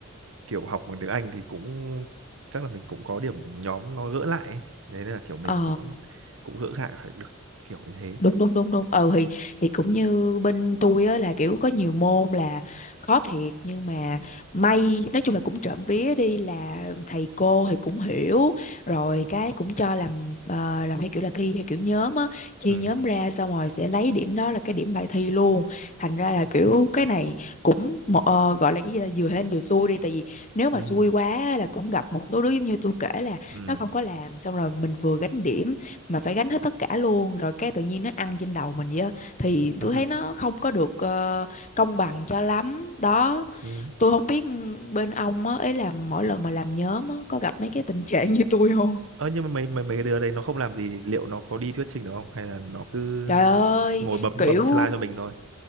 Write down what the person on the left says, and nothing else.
ờ
đúng đúng đúng đúng ừ thì thì cũng như bên tôi á là kiểu có nhiều môn là khó thiệt nhưng mà may nói chung là cũng trộm vía đi là thầy cô thì cũng hiểu rồi cái cũng cho làm ờ, làm theo kiểu là thi theo kiểu nhóm á chia
nhóm ra xong rồi sẽ lấy điểm đó là cái điểm bài thi luôn thành ra là kiểu cái này cũng một ờ, gọi là cái gì là vừa hên vừa xui đi tại vì nếu mà
xui quá á là cũng gặp một số đứa giống như tôi kể là
nó không có làm xong rồi mình vừa gánh điểm mà phải gánh hết tất cả luôn rồi cái tự nhiên nó ăn trên đầu mình vậy á thì
tôi thấy nó không có được ờ, công bằng cho lắm đó
tôi không biết bên ông á ấy là mỗi lần mà làm nhóm á có gặp mấy cái tình trạng <laughs> như tôi không
trời ơi
kiểu